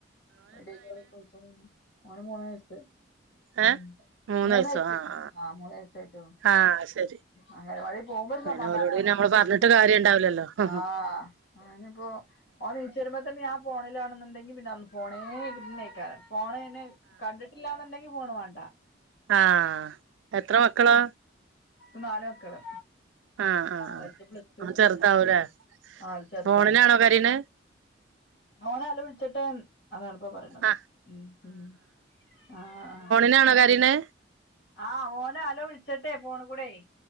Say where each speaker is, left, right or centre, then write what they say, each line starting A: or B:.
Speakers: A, on the left; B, on the right.
A: വീഡിയോ കോൾ ഒക്കെ <unintelligible> ഓന് മൂന്ന് വയസ്സ് ഉം.
B: ഏഹ്
A: മൂന്ന്
B: വയസ്സോ
A: വയസ്സായി,
B: ആഹ്
A: അഹ് മൂന്ന് വയസ്സായിട്ടൊള്ളു,
B: ആഹ് ആഹ് ശരി
A: അങ്കലവാടി പോകുമ്പോ ഒരു
B: പിന്നെ
A: സമാധാനാണ്.
B: ഓലോട് പിന്നെ നമ്മള് പറഞ്ഞിട്ട് കാര്യം ഉണ്ടാവില്ലല്ലോ ആഹ്
A: ആഹ്‌, ഓന്പ്പോ ഓൻ നീ വെരുമ്പ തന്നെ ഞാൻ ഫോണിലാണെന്നുണ്ടെങ്കി പിന്നെ അന്ന് ഫോണേ <unintelligible> ഫോണയിന് കണ്ടിട്ടില്ല ണ്ടെങ്കി ഫോണ് വാണ്ട.
B: ആഹ്‌, എത്ര മക്കളാ?
A: ന്നാല് മക്കള്.
B: ആഹ് ആഹ് ആഹ്
A: ഒരുത്തൻ പ്ലസ്ട്ടു
B: ഓൻ ചെറുതാവൂലേ
A: രണ്ടാമത്ത ആൾ ചെറുതാണ്.
B: ഫോണിനാണോ കരീണ്
A: മോന അലോ വിൾച്ചിട്ടും അതാണ്പ്പ പറിണത്
B: ആഹ്
A: ഹമ് ഹമ് ആഹ്‌ ആഹ്‌.
B: ആണോ കരിണ്?
A: അഹ്, ഓനെ അലോ വ്ൾച്ചട്ടെ ഫോണ് കുടെയ്.